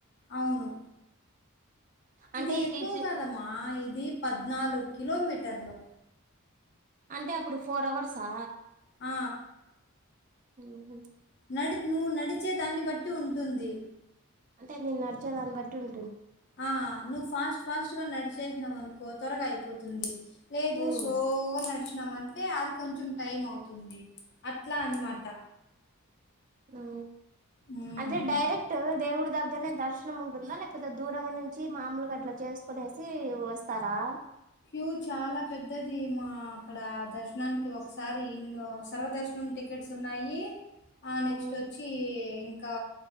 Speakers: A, on the left; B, on the right.
A: అవును
B: అంటే
A: ఇది ఎక్కువ
B: తి
A: కదమ్మా ఇది పద్నాలుగు. కిలోమీటర్లో
B: అంటే అప్పుడు ఫోర్ అవర్స సా
A: ఆ.
B: ఉహు
A: నడి నువ్ నడిచే దాన్ని బట్టి ఉంటుంది
B: అంటే నేను నడిచే దాన్ని బట్టి ఉం
A: ఆ నూ ఫాస్ట్ ఫాస్ట్ గా నడిచేసినావు అనుకో త్వరగా అయిపోతుంది లేదు
B: ఉమ్,
A: స్లోగా నడుచు నామంటే అది కొంచెం టైం అవుతుంది అట్లా అన్నమాట
B: హ
A: హ్మ్.
B: అంటే డైరక్ట్ దేవుడు ద దగ్గరనే దర్శనం ఉంటుందా లేకపోతె దూరంగ నుంచి మామూలగట్ల చేసుకునేసి వస్తారా
A: క్యూ చాలా పెద్దది మా అక్కడ దర్శనానికి ఒకసారి ఇన్న్ సర్వదర్శనం టికెట్స్ ఉన్నాయి ఆ నెక్స్ట్
B: ఉమ్,
A: ఒచ్చి ఇంకా